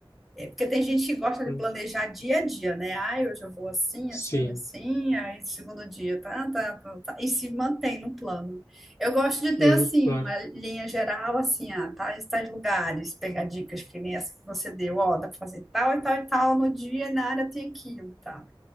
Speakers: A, in the centre; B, on the left.
A: É porque tem gente que gosta
B: Hum,
A: de planejar dia a dia, né? Ah, hoje eu vou assim,
B: sim.
A: assim, assim, aí segundo dia, tá, tá, tá, tá, e se mantém no plano. Eu gosto de ter,
B: Uhum,
A: assim,
B: claro.
A: uma linha geral, assim, ah, tais, tais lugares, pegar dicas que nem essa que você deu, ó, dá pra fazer tal e tal e tal no dia, e na área tem aquilo, tá?